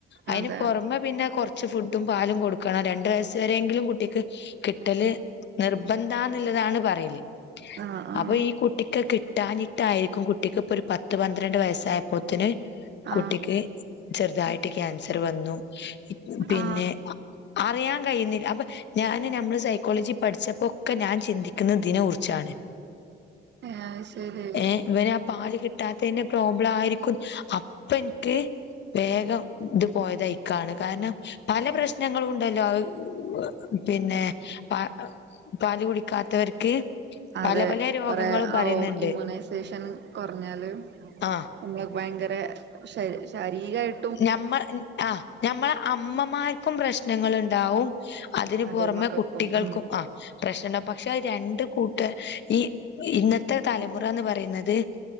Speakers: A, on the left; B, on the right.
A: അയിന്
B: അതെ
A: പൊറമെ പിന്നെ കൊറ്ച്ച് ഫുഡും, പാലും കൊടുക്കണം. രണ്ടു വയസ് വരേങ്കിലും കുട്ടിക്ക്. കിട്ടല് നിർബന്ധാന്നുള്ളതാണ് പറയല്
B: ആ ആ ആ
A: അപ്പൊ
B: അതെ
A: ഈ കുട്ട് ട്ടിക്ക് കിട്ടാഞ്ഞിട്ടായിരിക്കും കുട്ടിക്ക് ഇപ്പൊ ഒരു പത്ത് പന്ത്രണ്ട് വയസ്സായപ്പോത്തിന്
B: ആ ആ
A: കുട്ടിക്ക്
B: ആ
A: ചെറുതായിട്ട് ക്യാൻസറ് വന്നു. ഇപ് പിന്നെ
B: ആ
A: അറിയാൻ കഴിയുന്നില്ല. അപ്പ - ഞാന് നമ്മള് സൈക്കോളജി പഠിച്ചപ്പൊക്കെ ഞാൻ ചിന്തിക്ക്ന്ന ഇതിനെ കുറിച്ചാണ്. എ
B: ഏ അത് ശരി
A: ഏഹ് ഇവന് ആ പാല് കിട്ട് <unintelligible> പ്രോബ്ലം ആയിരിക്കും അപ്പ ഇൻക്ക് വേഗം ഇത് പോയത് അയ്ക്കാൻ എയ്ക്കാണ് കാരണം പല പ്രശ്നങ്ങളും ഇണ്ടല്ലോ അ പിന്നെ പ പാല് കുടിക്കാത്തവർക്ക്
B: അതെ.
A: പല പല രോഗങ്ങളും
B: കൊറേ
A: പറയുന്നുണ്ട്
B: അ ഔ ഇമ്മ്യൂണൈസേഷൻ കൊറഞ്ഞാല്
A: ആഹ്
B: നമ്മളൊക്കെ ഭയങ്കര ശ ശാരീകമായിട്ട്
A: ഞമ്മ ആ ഞമ്മളെ അമ്മമാർക്കും പ്രശ്നങ്ങളുണ്ടാവും. അതിന്
B: അതെ
A: പൊറമെ
B: മക്കൾക്കും
A: കുട്ടികൾക്കും
B: ഉം
A: ആഹ്. പ്രശ്ന പക്ഷെ രണ്ട് കൂട്ട ഈ ഇ ഇന്നത്തെ തലമുറ എന്ന് പറയുന്നത്